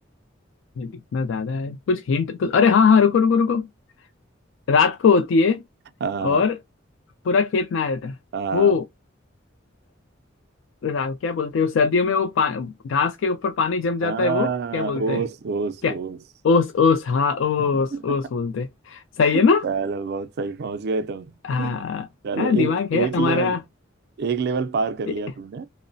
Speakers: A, on the left; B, on the right.
A: ये इतना ज्यादा है कुछ हिंट तो अरे हाँ हाँ रुको रुको रुको रात को होती है
B: हाँ।
A: और पूरा खेत नहा जाता है
B: हाँ
A: वो रा- क्या बोलते हैं वो, सर्दियों में वो पा, घास के ऊपर पानी जम जाता
B: हाँ
A: है वो क्या बोलते
B: ओस
A: हैं
B: ओस
A: क्या
B: ओस
A: ओस ओस हाँ ओस
B: <laughs>
A: ओस बोलते हैं। सही है
B: चलो
A: ना
B: बहुत सही पहुंच गए तुम
A: हाँ
B: चलो
A: हाँ, दिमाग
B: एक
A: है
B: एक
A: हमारा
B: लेवल एक लेवल पार कर
A: ए-
B: लिया तुमने